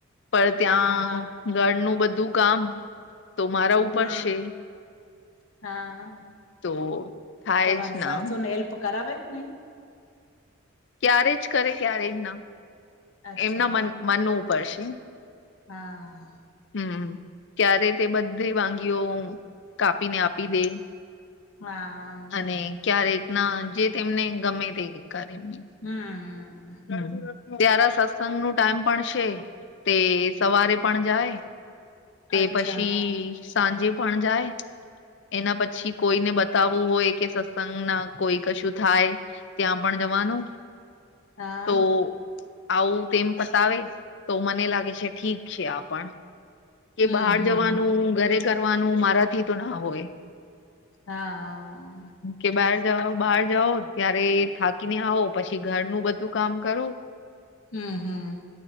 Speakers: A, on the left (about 55°); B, on the left (about 80°).
A: પણ ત્યાં
B: હા હા
A: ઘરનું બધું કામ તો મારા ઉપર
B: હમ
A: છે.
B: હા
A: તો થાય
B: તમારી
A: જ ના
B: સાસુ ને હેલ્પ કરાવે કે ની.
A: ક્યારે જ કરે ક્યારેય ન
B: અચ્છા
A: એમના મન
B: એમ
A: મનનું ઉપર છે.
B: હા.
A: હમમ ક્યારે તે બધી વાનગીઓ કાપીને આપી દે.
B: હા,
A: અને ક્યારેક ના જે તેમને ગમે તે કરે બી
B: હમ્મ,
A: હમમ. ત્યારે સત્સંગ નું ટાઈમ પણ છે તે સવારે પણ જાય. તે
B: અચ્છા,
A: પછી સાંજે પણ જાય એના પછી કોઈને બતાવવું હોય કે સત્સંગ ના કોઈ કશું થાય. ત્યાં પણ જવાનું
B: હા,
A: તો આવું તેમ પતાવે તો મને લાગે છે ઠીક છે આપણ કે
B: હમ્મ,
A: બહાર
B: હમ્મ,
A: જવાનું, ઘરે કરવાનું મારાથી તો ન હોય.
B: હા આ.
A: કે બહાર જાઓ બહાર જાઓ ત્યારે થાકીને આવો પછી ઘરનું બધું કામ કરો. <inaudible>
B: હમમ હમમ